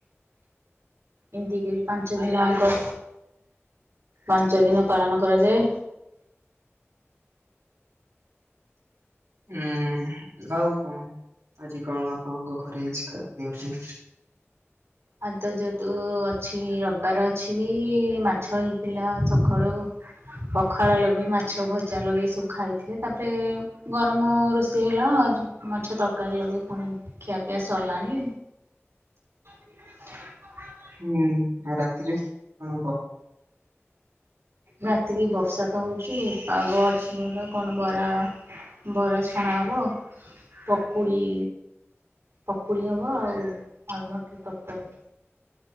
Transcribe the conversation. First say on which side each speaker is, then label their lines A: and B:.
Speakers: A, on the right (about 60°); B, on the right (about 85°).
A: ଏମିତି କରି ପାଞ୍ଚ ଦିନଆଙ୍କ ପାଞ୍ଚ ଦିନ ପାଳନ କରାଯାଏ।
B: ଉୁଁ ଆଉ କଣ ଆଜି କଣ ଆପଣଙ୍କ ଘରେ ହେଇଛି ଖାଇବା ପିଇବା ପାଇଁ?
A: ଆଜ ତ ଯେହେତୁ ଅଛି ରବିବାର ଅଛି ବି ମାଛ ହେଇଥିଲା ସକାଳୁ। ପଖାଳ ଲଗେଇ ମାଛ ଭଜା ଲଗେଇ ଏ ସବୁ ଖାଇଥିଲେ ତାପରେ ଗରମ ରୋଷେଇ ହେଲା। ମାଛ ତରକାରୀ ଲଗେଇ ପୁଣି ଖିଆପିଆ ସରିଲାଣି। <unintelligible>
B: ହୁଁ ଆଉ ରାତିରେ କଣ ହବ?
A: ରାତିକି ବର୍ଷା ତ ହଉଛି ପାଗ ଅଛି ଭଲ କଣ ବରା ବରା ଛଣା ହେବ ପକୁଡ଼ି ପକୁଡ଼ି ହେବ ଆଉ ଆଳୁମଟର ତରକାରୀ